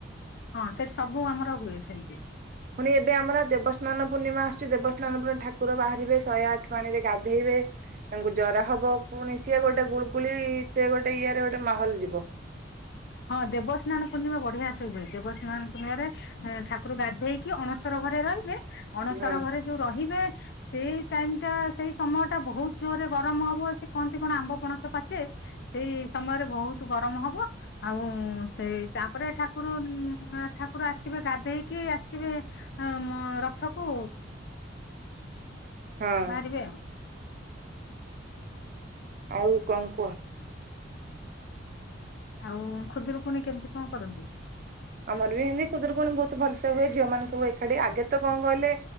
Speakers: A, on the left; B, on the right.
A: ହଁ ସେଠି ସବୁ ଆମର ହୁଏ ସେମିତି।
B: ପୁଣି ଏବେ ଆମର ଦେବସ୍ନାନ ପୂର୍ଣ୍ଣିମା ଆସୁଛି ଦେବସ୍ନାନ ପୂ <unintelligible> ଠାକୁର ବାହାରିବେ ଶହେ ଆଠ ପାଣିରେ ଗାଧେଇବେ। ତାଙ୍କୁ ଜର ହବ ପୁଣି ସିଏ ଗୋଟେ ଗୁଳଗୁଳି ସିଏ ଗୋଟେ ଇଏ ରେ ଗୋଟେ ମାହଲ ଯିବ। <unintelligible>
A: ହଁ ଦେବସ୍ନାନ ପୂର୍ଣ୍ଣିମା ବଢିଆ ସେ ହୁଏ। ଦେବସ୍ନାନ ପୂର୍ଣ୍ଣିମାରେ ହଁ ଠାକୁର ଗାଧେଇକି ଅଣସର ଘରେ ରହିବେ। ଅଣସର
B: ହଁ
A: ଘରେ ଯୋଉ ରହିବେ ସେଇ ଟାଇମ୍ ଟା ସେଇ ସମୟ ଟା ବହୁତ ଜୋରରେ ଗରମ ହବ। ସେ କହନ୍ତି କଣ ଆମ୍ବ, ପଣସ ପାଚେ। ସେଇ ସମୟରେ ବହୁତ ଗରମ ହବ। ଆଉ ଉଁ, ସେଇ ତାପରେ ଠାକୁର ଉଁ, ଆ, ଠାକୁର ଆସିବେ ଗାଧେଇକି ଆସିବେ। ଆ, ମ- ରଥ କୁ।
B: ହଁ
A: ବାହାରିବେ ଆଉ।
B: ଆଉ କଣ କୁହ?
A: ଆଉ ଖୁଦୁରୁକୁଣୀ କେମିତି କଣ କରନ୍ତି?
B: ଆମର ବି ସେମିତି ଖୁଦୁରୁକୁଣୀ ବହୁତ ଭଲସେ ହୁଏ। ଝିଅ ମାନେ ସବୁ ଏକାଠି ଆଗେ ତ କଣ କହିଲେ